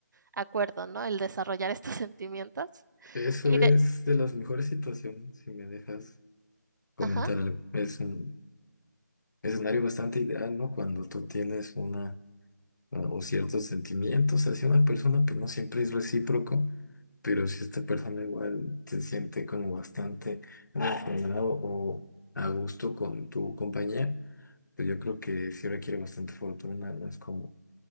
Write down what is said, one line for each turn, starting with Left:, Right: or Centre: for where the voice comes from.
Right: acuerdo, ¿no? El desarrollar estos <laughs> sentimientos.
Left: Eso
Right: Y
Left: es
Right: de,
Left: de las mejores situaciones, si me dejas comentar
Right: ajá,
Left: algo. Es un escenario bastante ideal, ¿no? Cuando tú tienes una o ciertos sentimientos hacia una persona, pues no siempre es recíproco, pero si esta persona igual se siente como bastante emocionado o a gusto con tu compañía. Pero yo creo que sí requiere bastante fortuna, no es como